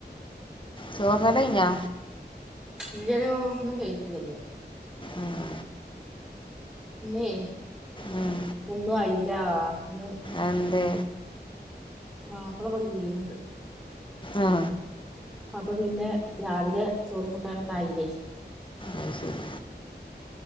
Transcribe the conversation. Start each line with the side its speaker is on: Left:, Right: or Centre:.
Left: ചോർന്നല്ലഴിഞ്ഞോ
Centre: ഇല്ല ല്ലോ ന്ന് വെയിക്ക്ന്നൊള്ളു
Left: ഉം,
Centre: ഇന്നെ
Left: ഉം.
Centre: ഒന്നും ആയില്ലാ ന്ന്
Left: അന്തേ
Centre: മാപ്പിളവടെ ലീവ്ണ്ട്
Left: ആ
Centre: അപ്പൊ പിന്നെ രാവിലെ ചോറും കൂട്ടാനൊന്നായിലേ
Left: അഹ് ശരി